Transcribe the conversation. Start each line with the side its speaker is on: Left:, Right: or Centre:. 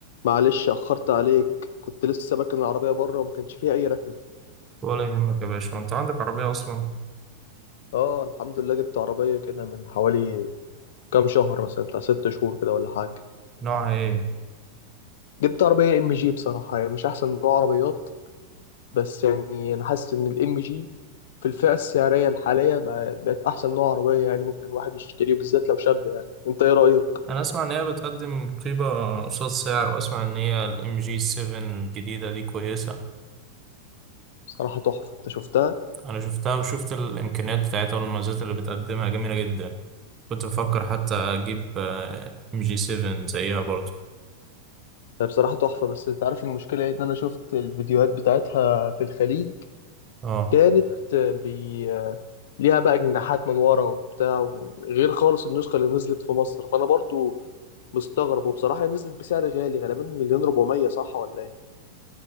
Left: معلش أخرت عليك كنت لسه باكن العربية بره وما كانش فيها أي ركنة
Right: ولا يهمك يا باشا انت عندك عربية اصلا
Left: اه الحمد لله جبت عربية كده من حوالي كام شهر مثلا بتاع ست شهور كده ولا حاجة
Right: نوعها ايه
Left: جبت عربية ام جي بصراحة يعني مش أحسن نوع عربيات بس يعني أنا حاسس إن الام جي في الفئة السعرية الحالية بقى- بقت أحسن نوع عربية يعني ممكن الواحد يشتريه بالذات لو شاب يعني أنت إيه رأيك؟
Right: انا اسمع ان هي بتقدم قيمة قصاد سعر واسمع ان هي الام جي 7 الجديدة دي كويسة
Left: بصراحة تحفة أنت شفتها؟
Right: انا شفتها وشفت الامكانيات بتاعتها والمميزات اللي بتقدمها جميلة جدا كنت بفكر حتى اجيب ام جي 7 زيها برضو
Left: هي بصراحة تحفة بس أنت عارف المشكلة إيه إن أنا شفت الفيديوهات بتاعتها في الخليج
Right: اه
Left: كانت بي ليها بقى جناحات من ورا وبتاع و- غير خالص النسخة اللي نزلت في مصر فأنا برضو مستغرب وبصراحة هي نزلت بسعر غالي غالبا مليون ربعمية صح ولا إيه؟